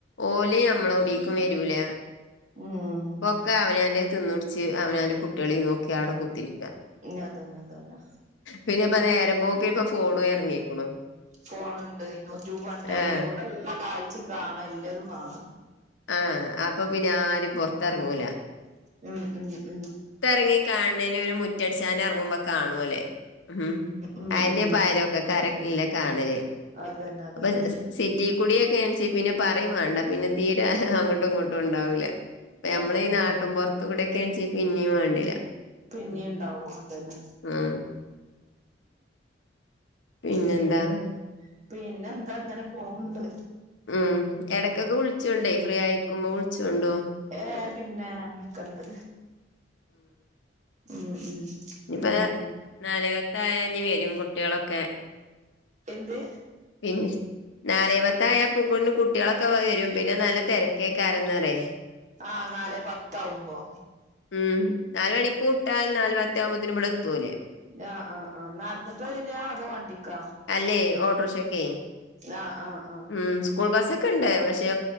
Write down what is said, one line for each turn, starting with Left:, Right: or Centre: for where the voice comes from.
Left: ഓലെ നമ്മളെ എവിടേക്കും വരൂല
Right: ഉം.
Left: ക്കെ അവന് തിന്നിടിച്ച് അവന അവന്റെ കുട്ടികളി നോക്കി അവിടെ കുത്തിരിക്കും
Right: അത് തന്നെ അതന്നെ
Left: പിന്നെ ഇപ്പ നേരമ്പോക്കെ ഇപ്പ ഫോണും ഇറങ്ങിക്കണു
Right: ഫോണുണ്ട് യൂട്യൂബ് ഉണ്ടാല
Left: ആഹ്
Right: അവിടെ എല്ലാം കാഴ്ചയും കാണാം എല്ലാതും കാണാം
Left: ആഹ് അപ്പൊ പിന്നെ ആരും പുറത്തിറങ്ങൂല
Right: ഉം ഉം ഉം
Left: ഇറങ്ങി കാണന് ഒരു മുറ്റടിച്ചാന ഇറങ്ങുമ്പോ കാണുമ അല്ലേ ഉം
Right: ഉം
Left: അയിന്
Right: ഉം
Left: അയൽപാകക്കാരൊക്കെ അല്ലെകാണല്
Right: അതന്നെ അതന്നെ
Left: അപ്പൊ റ്റീ കുടിയൊക്കെ എനച്ച പിന്നെ പറയും വേണ്ട പിന്നെ തീരെ അങ്ങോട്ടും ഇങ്ങോട്ടും ഉണ്ടാവില്ല പ്പ നമ്മള
Right: അതന്നെ
Left: ഈ നാട്ടും
Right: അതന്നെ
Left: പുറത്ത കൂടെക്കെണിച്ച പിന്നെയും വേണ്ടില്ല
Right: പിന്നെണ്ടാവും
Left: ഉം
Right: അതന്ന
Left: ഉം. പിന്നെന്താ
Right: പി പിന്നെ എന്താ ഇങ്ങനെ പോവണ്ട്
Left: ഉം ഇടയ്ക്കൊക്കെ വിളിച്ചോണ്ടേ ഫ്രീ ആയിരിക്കുമ്പോ വിളിച്ചോണ്ടു.
Right: ഏഹ് പിന്നെ വിളിക്കണ്ട് ഉം ഉം പിന്നെ
Left: ഇപ്പോ നാലുവത്ത ആയ വരും കുട്ടികളൊക്കെ
Right: എന്ത്
Left: പിന്ന നാലേ പത്ത ആയ കുട്ടികളൊക്കെ വരും പിന്നെ നല്ല തിരക്കേക്കാരന്ന് പറേ
Right: ആഹ് നാല് പത്ത ആവുമ്പോ
Left: ഉം നാല് മണിക്ക് വിട്ടാൽ നാല് പത്തയാ ആവുമ്പോതിന് ഇടെ എത്തവര്
Right: ആഹ് ആഹ് ആഹ് നടന്നിട്ട് വരിയാ അത് വണ്ടിക്കാ
Left: അല്ലേ ഓട്ടോ റിക്ഷക്കെ
Right: ആഹ് ആഹ്
Left: ഉം സ്കൂൾ ബസ് ഒക്കെ ഉണ്ട് പക്ഷെ